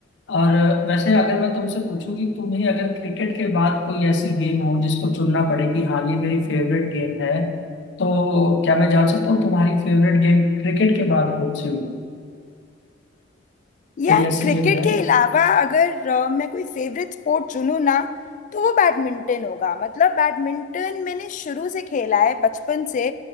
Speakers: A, on the left; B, on the left.
A: और अ, वैसे अगर मैं तुमसे पूछूं कि तुम्हें अगर क्रिकेट के बाद कोई ऐसी गेम हो जिसको चुनना पड़े कि हाँ ये मेरी फेवरेट गेम है तो क्या मैं जान सकता हूँ तुम्हारी फेवरेट गेम क्रिकेट के बाद कौन सी होगी
B: यार
A: कोई ऐसी
B: क्रिकेट
A: गेम है
B: के अलावा अगर अ, मैं कोई फेवरेट स्पोर्ट चुनूँ ना तो वो बैडमिंटन होगा मतलब बैडमिंटन मैंने शुरू से खेला है बचपन से